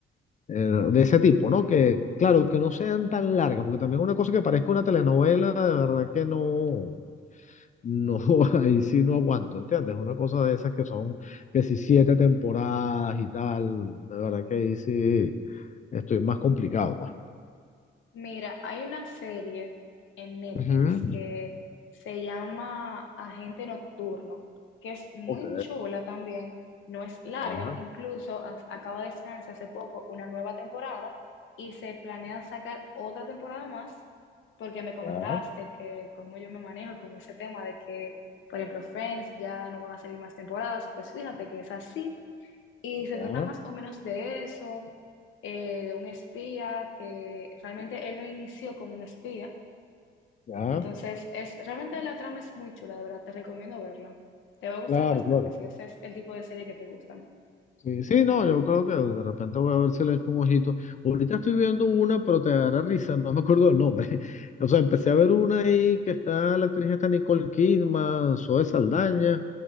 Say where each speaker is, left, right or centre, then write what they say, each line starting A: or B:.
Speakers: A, on the left; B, on the left.
A: eh, de ese tipo, ¿no? Que claro, que no sean tan largas, porque también una cosa que parezca una telenovela, de verdad que no, no, <laughs> ahí sí no aguanto, ¿entiendes? Una cosa de esas que son, que si siete temporadas y tal, de verdad que ahí sí estoy más complicado, pues.
B: Mira, hay una serie en Netflix
A: Ujú.
B: que se llama Agente Nocturno, que es muy
A: Ok,
B: chula también, no es larga,
A: ya,
B: incluso a- acaba de estrenarse hace poco una nueva temporada y se planea sacar otra temporada más, porque me comentaste
A: ya.
B: que cómo yo me manejo con ese tema de que, por ejemplo, Friends ya no van a salir más temporadas, pues fíjate que es así y se
A: Ya,
B: trata más o menos de eso, eh, de un espía que realmente él lo inició como un espía.
A: ya,
B: Entonces, es realmente la trama es muy chula, de verdad, te recomiendo verla. Te va a gustar
A: claro,
B: bastante
A: claro.
B: si ese es el tipo de serie que te gustan.
A: Sí, sí, no, yo creo que de repente voy a ver si le echo un ojito. Ahorita estoy viendo una, pero te dará risa, no me acuerdo el nombre. <laughs> O sea, empecé a ver una ahí que está, la actriz está Nicole Kidman, Zoe Saldaña.